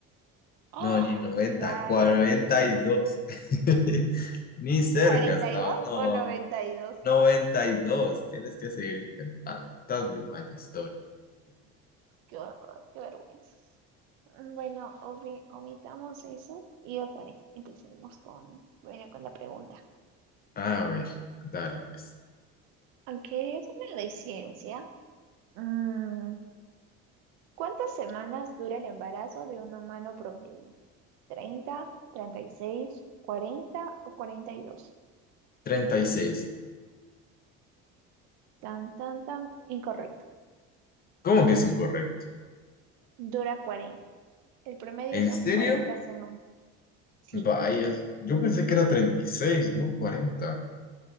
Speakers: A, on the right; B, on the left.
A: ¡Oh!
B: No, ni noventa,
A: Claro.
B: cuarenta y dos, <laughs> Ni cerca
A: ¿cuarenta
B: estabas.
A: y dos
B: No,
A: o noventa y dos.
B: noventa
A: No,
B: y dos. Tienes que seguir intentando. Estás muy mal, de historia.
A: Qué horror, qué vergüenza. Bueno, obvi- omitamos eso y otra vez empecemos con, bueno, con la pregunta.
B: A ver, dale, pues.
A: Aunque es una de ciencia, mm, ¿cuántas semanas dura el embarazo de un humano promedio? Treinta, treinta y seis, cuarenta o 42.
B: treinta y seis.
A: Tan, tan, tan, incorrecto.
B: ¿Cómo que es incorrecto?
A: Dura 40. El promedio
B: ¿En
A: son
B: serio?
A: 40 semanas. Sí,
B: Vaya, yo pensé que era 36, no 40.